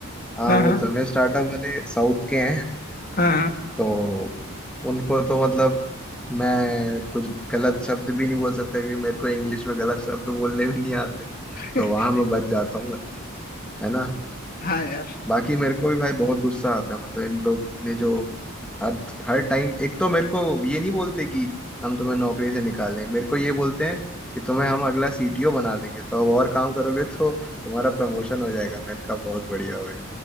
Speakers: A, in the centre; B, on the left.
A: हाँ
B: हाँ
A: वो
B: हाँ
A: तो मेरे स्टार्टअप वाले साउथ के हैं
B: हाँ हाँ
A: तो उनको तो मतलब मैं कुछ गलत शब्द भी नहीं बोल सकता क्योंकि मेरे को इंग्लिश में गलत शब्द बोलने भी नहीं आते
B: <laughs>
A: तो वहां मैं बच जाता हूँ मतलब है ना
B: हाँ यार
A: बाकी मेरे को भी भाई बहुत गुस्सा आता है मतलब इन लोग ने जो हर हर टाइम एक तो मेरे को ये नहीं बोलते कि हम तुम्हें नौकरी से निकाल देंगे मेरे को ये बोलते हैं कि तुम्हें हम अगला सीटीओ बना देंगे तो अब और काम करोगे तो तुम्हारा प्रमोशन हो जाएगा मैंने कहा बहुत बढ़िया भाई